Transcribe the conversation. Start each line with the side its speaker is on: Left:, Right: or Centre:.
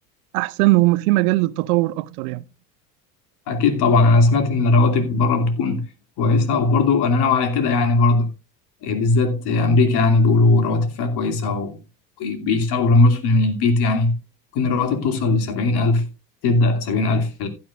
Right: احسن وفي مجال للتطور اكتر يعني
Left: اكيد طبعا انا سمعت ان الرواتب بره بتكون كويسه وبرضو انا ناوي على كده يعني برضو آه، بالذات آه، امريكا يعني بيقولوا رواتب فيها كويسه و- وبيشتغلوا المصري من البيت يعني ممكن الرواتب توصل لسبعين ألف تبدأ سبعين ألف